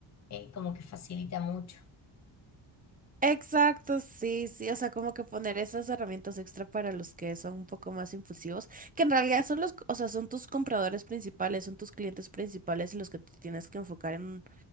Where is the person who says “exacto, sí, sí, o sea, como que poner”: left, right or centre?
Right